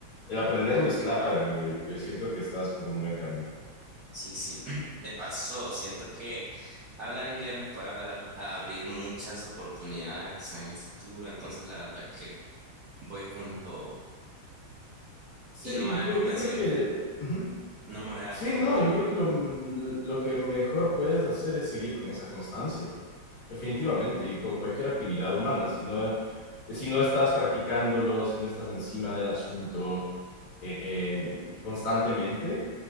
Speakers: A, on the left (about 50°); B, on the right (about 60°).
A: el aprenderlo es clave, amigo, y yo siento que estás por un buen camino.
B: Sí, sí. <clears throat> De paso, siento que hablar inglés me puede hablar a abrir muchas oportunidades en el futuro, entonces la verdad que voy con todo.
A: Sí,
B: Y no me voy a dar
A: yo,
B: por
A: yo
B: vencido,
A: creo que ujú.
B: no me voy a dar
A: Sí,
B: por
A: no,
B: vencido.
A: yo creo que lo, mm, lo que mejor puedes hacer es seguir con esa constancia, definitivamente, y con cualquier actividad humana. Si no, eh, si no estás practicándolo, si no estás encima del asunto eh, constantemente,